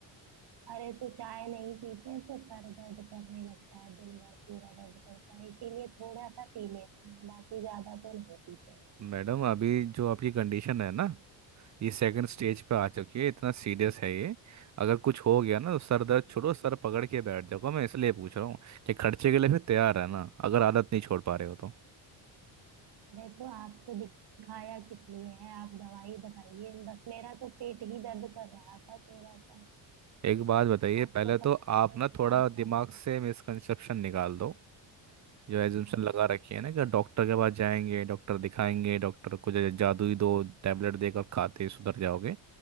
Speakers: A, on the right; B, on the right.
A: अरे तो चाय नहीं पीते तो सर दर्द करने लगता है दिन भर पूरा दर्द करता है इसीलिए थोड़ा सा पी लेते हैं बाकी ज्यादा तो नहीं पीते
B: मैडम अभी जो आपकी कंडीशन है ना ये सेकंड स्टेज पे
A: हाँ।
B: आ चुकी है इतना सीरियस है ये अगर कुछ हो गया ना तो सर दर्द छोड़ो सर पकड़ के बैठ जाओ मैं इसलिए पूछ रहा हूँ कि खर्चे के लिए फिर तैयार है ना अगर आदत नहीं छोड़ पा रहे हो तो
A: अरे तो आपको दिखाया किस लिए है आप दवाई बताइए बस मेरा तो पेट ही दर्द कर रहा था थोड़ा सा
B: एक बात बताइए
A: आप
B: पहले
A: तो
B: तो
A: पता
B: आप
A: नहीं
B: ना
A: क्या
B: थोड़ा
A: आपने
B: दिमाग
A: आप
B: से मिसकंसेप्शन निकाल दो जो एजम्पशन
A: हाँ,
B: लगा रखी है ना कि डॉक्टर के पास जाएंगे डॉक्टर दिखाएंगे डॉक्टर को जा- जादुई दो टेबलेट देकर खाते ही सुधर जाओगे